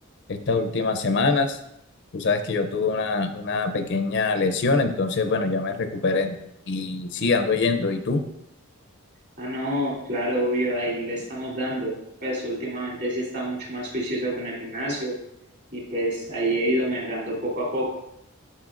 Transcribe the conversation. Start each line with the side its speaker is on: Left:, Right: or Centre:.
Left: estas últimas semanas. Tú sabes que yo tuve una, una pequeña lesión, entonces, bueno, ya me recuperé. Y sí, ando yendo. ¿Y tú?
Right: Ah, no, claro, obvio, ahí le estamos dando. Pues últimamente sí he estado mucho más juicioso con el gimnasio y pues ahí he ido mejorando poco a poco.